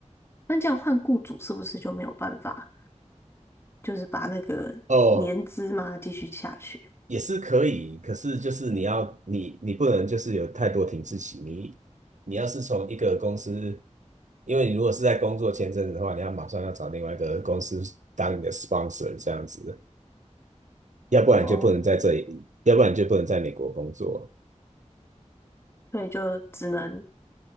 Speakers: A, on the left; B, on the right.
A: 那这样换雇主是不是就没有办法，就是把那个年资嘛继续下去？
B: 哦，也是可以，可是就是你要你你不能就是有太多停滞期。你你要是从一个公司，因为你如果是在工作签证的话，你要马上要找另外一个公司当你的 sponsor 这样子，要不然你就不能在这里，
A: 哦，
B: 要不然你就不能在美国工作。
A: 所以就只能